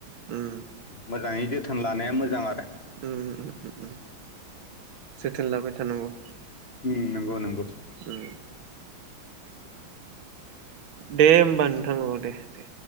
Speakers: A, on the right; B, on the left.
A: उम
B: मोजाङै जोथोन लानाया मोजां। जां आरो
A: उम उम जोथोन लाबाय। थानांगौ।
B: उम नोंगौ नोंगौ।
A: उम दे होमबा नोंथां ओ दे दे।